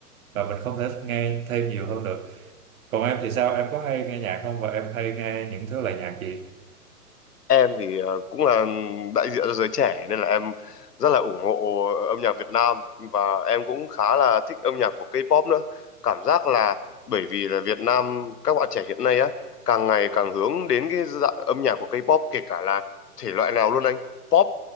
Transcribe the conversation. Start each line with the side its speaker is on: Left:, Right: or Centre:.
Right: và mình không thể nghe thêm nhiều hơn được. Còn em thì sao? Em có hay nghe nhạc không và em hay nghe những thứ loại nhạc gì?
Left: em thì ờ, cũng là đại diện cho giới trẻ nên là em rất là ủng hộ âm nhạc Việt Nam và em cũng khá là thích âm nhạc của K-pop nữa cảm giác là bởi vì là Việt Nam các bạn trẻ hiện nay á càng ngày càng hướng đến cái dạng âm nhạc của K-pop kể cả là thể loại nào luôn anh pop